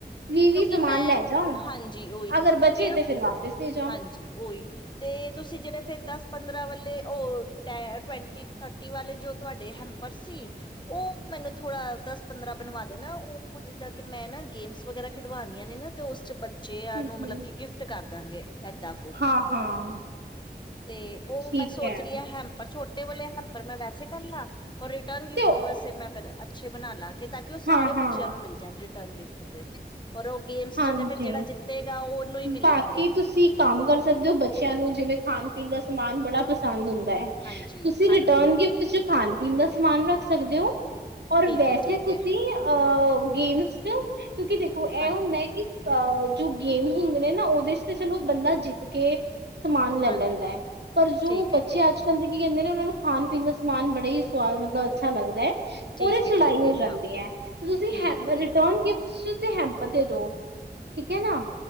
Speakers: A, on the right; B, on the left.
A: ਵੀਹ ਵੀਹ
B: ਕਿਉਂਕਿ
A: ਸਮਾਨ
B: ਮੈਂ
A: ਲੈ ਜਾਓ
B: ਹਾਂਜੀ ਓਹੀ
A: ਅਗਰ ਬਚੇ
B: ਫਿਰ
A: ਤੇ ਵਾਪਿਸ ਦੇ ਜਾਓ
B: ਹਾਂਜੀ ਉਹੀ ਤੇ ਤੁਸੀਂ ਜਿਹੜੇ ਫੇਰ ਦਸ ਪੰਦਰਾਂ ਵੇ ਉਹ ਟਵੈਂਟੀ ਥਰਟੀ ਵਾਲੇ ਜੋ ਤੁਹਾਡੇ ਹੈਪਂਰ ਸੀ ਉਹ ਮੈਨੂੰ ਥੋੜਾ ਦਸ ਪੰਦਰਾਂ ਬਣਵਾ ਦੇਣਾ ਉਹ ਜਿੱਦਾਂ ਕਿ ਮੈਂ ਨਾ ਗੇਮਸ ਵਗੈਰਾ ਖਿਡਵਾਨੀਆਂ ਨੇ ਨਾ ਤੇ ਉਸ ਚ ਬੱਚ ਬੱਚੇ
A: ਹਮ
B: ਨੂੰ ਮਤਲਬ
A: ਹਮ
B: ਕਿ ਗਿਫਟ ਕਰ ਦਾਂਗੇ ਏਦਾਂ ਕੁ
A: ਹਾਂ ਹਾਂ
B: ਤੇ ਉਹ
A: ਠੀਕ
B: ਮੈਂ ਸੋਚ
A: ਹੈ
B: ਰਹੀ ਹ ਹੈਪਂਰ ਛੋਟੇ ਤੇ ਉਹ ਵਾਲੇ ਹੈਂਪਰ ਮੈਂ ਵੈਸੇ ਕਰਨਾ ਔ ਰਿਟਰਨ ਗਿਫਟ
A: ਤੇ ਉਹ
B: ਵੈਸੇ ਮੈਂ ਫੇਰ ਅੱਛੇ ਬਣਾਨਾ ਤਾਂ ਕਿ ਉਹ ਸਾਰੇ
A: ਹਾਂ ਹਾਂ
B: ਬੱਚਿਆਂ ਨੂੰ ਮਿਲ ਜਾਣ ਰਿਟਰਨ ਗਿਫਟ ਤੇ ਔਰ ਉਹ ਗੇਮਸ
A: ਹਾਂਜੀ
B: ਚ ਤੇ ਫਿਰ ਜਿਹੜਾ ਜਿੱਤੇਗਾ ਉਹਨੂੰ ਹੀ ਮਿਲਣਗੇ
A: ਬਾਕੀ ਤੁਸੀਂ ਕੰਮ ਕਰ ਸਕਦੇ ਹੋ ਬੱਚਿਆਂ ਨੂੰ ਜਿਵੇਂ ਖਾਣ ਪੀਣ ਦਾ ਸਮਾਨ ਬੜਾ ਪਸੰਦ ਹੁਨ
B: ਹਾਂਜੀ
A: ਤੁਸੀਂ
B: ਹਾਂਜੀ
A: ਰਿਟਰਨ
B: ਹਾਂਜੀ
A: ਗਿਫਟ ਚ ਖਾ ਦਿਨ ਦਾ ਸਮਾਨ ਰੱਖ ਸਕਦੇ ਹੋ। ਔਰ
B: ਠੀਕ
A: ਵੈਸੇ
B: ਹੈ ਠੀਕ
A: ਤੁਸੀਂ
B: ਹੈ
A: ਅ ਅ ਗੇਮਸ ਚ ਕਿਉਂਕਿ ਦੇਖੋ ਇਹ
B: ਹਾਂਜੀ
A: ਹੁੰਦਾ ਅਹ ਜੋ ਗੇਮਸ ਹੁੰਦੇ ਨੇ ਨਾ ਉਹਦੇ ਚ ਤੇ ਚਲੋ ਬੰਦਾ ਜਿੱਤ ਕੇ ਸਮਾਨ ਲੈ
B: ਹਾਂਜੀ
A: ਲੈਂਦਾ ਹੈ ਪਰ ਜੋ
B: ਠੀਕ
A: ਬੱਚੇ
B: ਹੈ
A: ਅੱਜ ਕੱਲ੍ਹ ਦੇ ਕੀ ਕਹਿੰਦੇ ਨੇ ਉਹਨਾਂ ਨੂੰ ਖਾਣ ਪੀਣ ਦਾ ਸਮਾਨ ਬੜਾ ਹੀ ਸਵਾਦ ਮਤਲਬ ਅੱਛਾ ਲੱਗਦਾ ਹੈ।
B: ਠੀਕ
A: ਉਹਦੇ ਸੁਲਾਈ
B: ਠੀਕ
A: ਹੋ
B: ਹੈ ਠੀਕ
A: ਜਾਂਦੀ
B: ਹਾਂ
A: ਹੈ ਤੇ ਤੁਸੀਂ
B: ਠੀਕ
A: ਹੈਪਂਰ
B: ਹੈ
A: ਰਿਟਰਨ ਗਿਫਟ ਤੇ ਹੈਂਪਰ ਦੇ ਦੋ ਠੀਕ ਹੈ ਨਾ